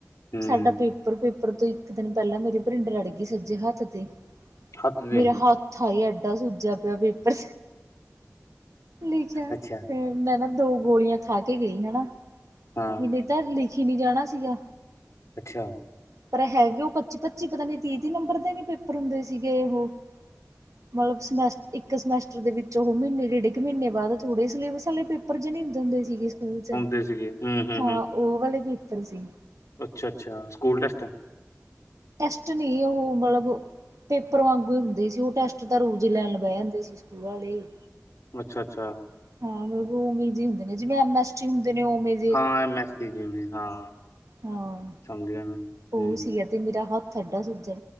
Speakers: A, on the left; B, on the right.
A: ਹੂੰ,
B: ਸਾਡਾ ਪੇਪਰ-ਪੇਪਰ ਤੋਂ ਇੱਕ ਦਿਨ ਪੈਲਾਂ ਮੇਰੇ ਭਰਿੰਡ ਲੜ ਗੀ ਸੱਜੇ ਹੱਥ ਤੇ।
A: ਹੱਥ ਤੇ,
B: ਮੇਰਾ ਹੱਥ ਹਾਏ ਐਡਾ ਸੁੱਜਿਆ ਪਿਆ ਪੇਪਰ ਲਿਖਿਆ
A: ਅੱਛਾ।
B: ਫੇ ਮੈਂ ਨਾ ਦੋ ਗੋਲੀਆਂ ਖਾ ਕੇ ਗਈ ਹਨਾ।
A: ਹਾਂ,
B: ਵੀ ਨਈ ਤਾਂ ਲਿਖੀ ਨੀ ਜਾਣਾ ਸੀਗਾ।
A: ਅੱਛਾ।
B: ਪਰ ਹੈਗੇ ਓ ਪੱਚੀ- ਪੱਚੀ ਪਤਾ ਨੀ ਤੀ - ਤੀ ਨੰਬਰ ਦੇ ਨੀ ਪੇਪਰ ਹੁੰਦੇ ਸੀਗੇ ਉਹ। ਹ <inaudible> ਮਲਬ ਸਮੈਸ ਇੱਕ ਸਮੈਸਟਰ ਦੇ ਵਿੱਚ ਓ ਮੀਨੇ ਡੇਢ ਕੇ ਮੀਨੇ ਬਾਦ ਥੋੜ੍ਹੇ ਸਿਲੇਬਸ ਆਲੇ ਪੇਪਰ ਜੇ ਨੀ ਦੀਂਦੇ ਸੀਗੇ ਸਕੂਲ 'ਚ।
A: ਕੀਤੇ ਸੀਗੇ ਹੂੰ। ਹੂੰ,
B: ਹਾਂ
A: ਹੂੰ
B: ਓ ਵਲੇ ਪੇਪਰ ਸੀ।
A: ਅੱਛਾ -ਅੱਛਾ ਸਕੂਲ ਟੈਸਟ।
B: ਟੈਸਟ ਨੀ ਹੋ ਮਲਬ ਪੇਪਰ ਵਾਂਗੂ ਈ ਹੁੰਦੇ ਸੀ, ਓ ਟੈਸਟ ਤਾਂ ਰੋਜ਼ ਲੈਣ ਬੈ ਜਾਂਦੇ ਸੀ ਸਕੂਲ ਵਾਲੇ।
A: ਅੱਛਾ- ਅੱਛਾ।
B: ਹਾਂ ਮਲਬ ਓਵੀਂ ਜੀ ਹੁੰਦੇ ਨੇ, ਜਿਵੇਂ ਐਮ ਐਸ ਟੀ ਹੁੰਦੇ ਨੇ ਓਮੇ।
A: ਹਾਂ ਐਮ ਐਸ ਟੀ ਜਿਮੇ ਹਾਂ।
B: ਹਾਂ,
A: ਸਮਝ ਗਿਆ ਮੈਂ
B: ਓ ਸੀ ਅਤੇ ਮੇਰਾ ਹਥ ਏਡਾ ਸੁੱਜਿਆ,